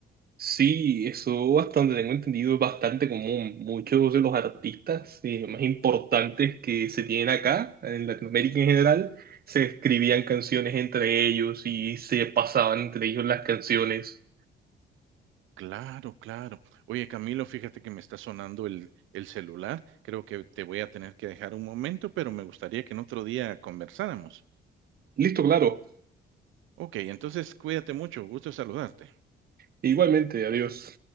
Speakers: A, on the right; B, on the right.
A: Sí, eso bastante, tengo entendido, es bastante común. Muchos de los artistas eh, más importantes que se tienen acá, en Latinoamérica en general, se escribían canciones entre ellos y se pasaban entre ellos las canciones.
B: Claro, claro. Oye, Camilo, fíjate que me está sonando el, el celular. Creo que te voy a tener que dejar un momento, pero me gustaría que en otro día conversáramos.
A: Listo, claro.
B: Ok, entonces cuídate mucho. Gusto saludarte.
A: Igualmente, adiós.